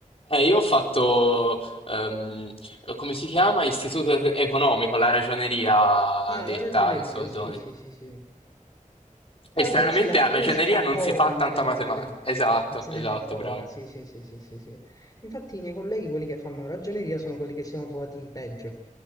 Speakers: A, on the left; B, on the left.
A: Eh, io ho fatto, ehm, come si chiama? Istituto economico, la ragioneria
B: Ah,
A: detta
B: la ragioneria,
A: in soldoni.
B: sì, sì, sì, sì.
A: E
B: E vabbè,
A: stranamente
B: sì, la ragioneria
A: a ragioneria
B: si fa
A: non
B: poca
A: si fa tanta
B: matematica,
A: matematica. Esatto,
B: se
A: esatto,
B: ne fa poca,
A: bravo.
B: sì, sì, sì, sì, sì, sì. Infatti i miei colleghi, quelli che fanno ragioneria, sono quelli che si sono trovati peggio